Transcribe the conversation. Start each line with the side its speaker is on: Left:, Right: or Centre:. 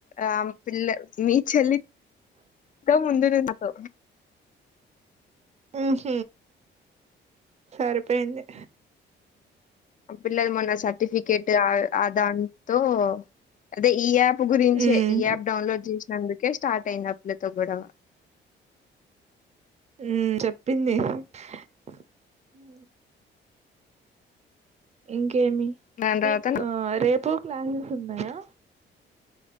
Left: ఆ పిల్ల మీ చెల్లితో ముందు నాతో
Right: అహ సరిపోయింది
Left: అప్పుడులది మొన్న సర్ఫికెట్ అదాంటూ అదే ఈప్ గురించే
Right: ఉమ్
Left: ఈ యాప్ డౌన్లోడ్ చేసి అందుకే స్టార్ట్ అయిందిప్పులతో గడవ
Right: ఉ చెప్పింది ఉ ఇంకా కేమి
Left: దాని
Right: మీ
Left: తర్వాత
Right: రేపు క్లాసెస్ ఉన్నాయా